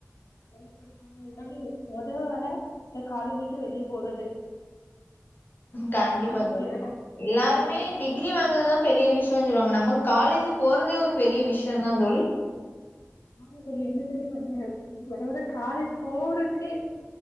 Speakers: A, on the left; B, on the left.
A: <inaudible> என்ன இருந்தாலு மொத வேல இந்த காலேஜ விட்டு வெளிய போறது
B: கண்டிப்பா
A: அதா
B: தோழி
A: வேல
B: எல்லாருமே டிகிரி வாங்குறதா பெரிய விஷ்யோன் சொல்லுவாங்க நம்மக்கு காலேஜ் போறதே ஒரு பெரிய விஷ்யோ தா தோழி
A: ஆமா தோழி என்ன தோழி பண்ண வர வர காலேஜ் போறதுக்கே